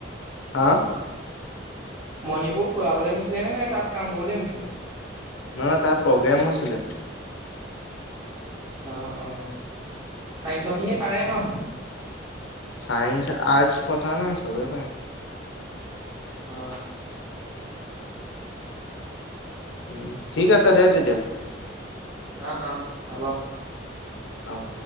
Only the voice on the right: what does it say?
মণিপুৰ ফুৰাবলে নিছিলে নে নে তাত কাম কৰিবলৈ নিছিলে।
অ অ চাইন্সৰ খিনি পাৰে ন।
অ।
অ অ হ'ব।